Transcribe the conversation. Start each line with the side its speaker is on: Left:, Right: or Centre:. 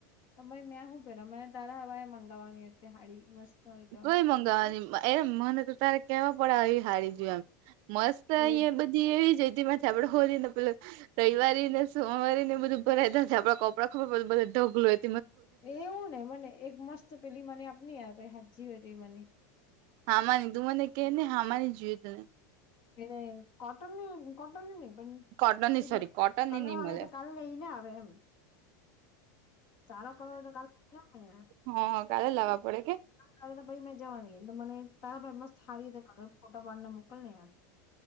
Left: ભાઈ મેં શું પેરા મને તારા હવા મંગાવવાની હતી હાડી મસ્ત હોય તો
Right: કોઈ મગાવવાની એમ મને તો તારે કેવા પડે આવી હારી જો એમ મસ્ત
Left: તે
Right: અહંયા બધી એવી જ હતી માંથી આપડે હોલીને પે રવિવારીને, સોમવારેને બધું ભરાયતા, આપણા કપડા ખુબ બધું બધા ઢગલો જ
Left: એવુંને, મને એક મસ્ત પેલી મને આપણી યાર કઈ હાચી વાત મને
Right: હામાની તું મનેકકે ને, હામાની જોયએ તને
Left: એ કોટનની, કોટનની નહી પણ
Right: કોટનની
Left: પેલી
Right: સોરી કોટનની
Left: કલા
Right: નહી
Left: આવે,
Right: મળે
Left: તો કાલે લઈને આવે એમ સારો કલર હોય, તો કાલે લઈ આવ હેને
Right: હહ કાલે લાવા પડે કે
Left: પરમ દિવસે મેં જવાની, મને તારા મસ્ત હારીતે ફોટો પાડીને મોકલને યાર